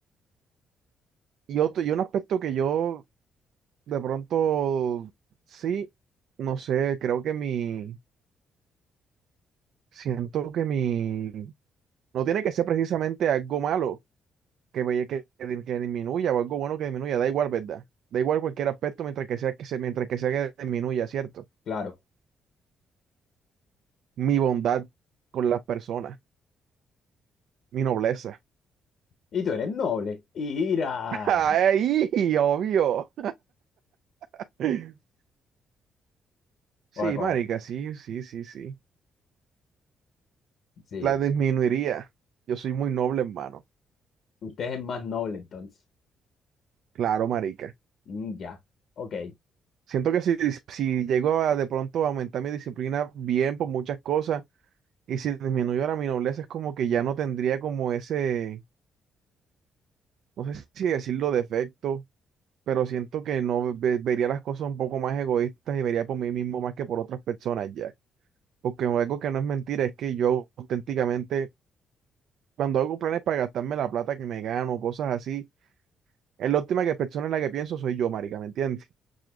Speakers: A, on the right; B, on the left.
A: Y otro, y un aspecto que yo de pronto sí, no sé, creo que mi, siento que mi, no tiene que ser precisamente algo malo que, vaya- que, que- que disminuya o algo bueno que disminuya, da igual, ¿verdad? Da igual cualquier aspecto mientras que sea que se, mientras que sea que disminuya, ¿cierto?
B: Claro.
A: Mi bondad con las personas, mi nobleza.
B: Y tú eres noble. ¡Ira!
A: <laughs> ¡Ahí! Obvio. <laughs> Sí,
B: Guaco,
A: marica, sí, sí, sí, sí.
B: sí.
A: La disminuiría. Yo soy muy noble, hermano.
B: Usted es más noble entonces.
A: Claro, marica.
B: Mm, ya. Ok.
A: Siento que si, si llego a de pronto a aumentar mi disciplina bien por muchas cosas y si disminuyo la mi nobleza es como que ya no tendría como ese, no sé si decirlo defecto pero siento que no ve- vería las cosas un poco más egoístas y vería por mí mismo más que por otras personas ya. Porque algo que no es mentira es que yo auténticamente, cuando hago planes para gastarme la plata que me gano, cosas así, es la última que persona en la que pienso soy yo, marica, ¿me entiendes?